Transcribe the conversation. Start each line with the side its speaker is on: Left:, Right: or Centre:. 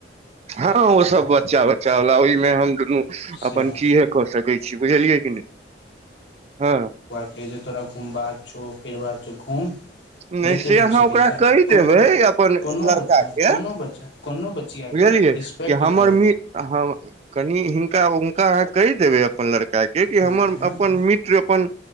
Right: हँ ओ सब बच्चा बच्चा बला ओहिमे हम दुनू,
Left: सएह
Right: अपन किएक कऽ सकैत छी बुझलियै कि नैय हँ!
Left: हेजे तोरा घुम बा कऽछौ फरब कऽ छउ घुम,
Right: नहि
Left: जतेक
Right: से अहाँ
Left: घुम सकै
Right: ओकरा
Left: छै
Right: कहि
Left: कोनो
Right: देबै अपन
Left: कोनोबच्चा
Right: लड़का के
Left: कोनो बच्चा कोनो बचिया बच्चा
Right: बुझलियै
Left: के रिस्पेक्ट
Right: कि हमर
Left: कर
Right: <unintelligible> कनि हि हुनका अहा कहि देबे अपन लड़ कै केँ कि
Left: हूँ
Right: हमर
Left: हूँ
Right: अपन मित्र अपन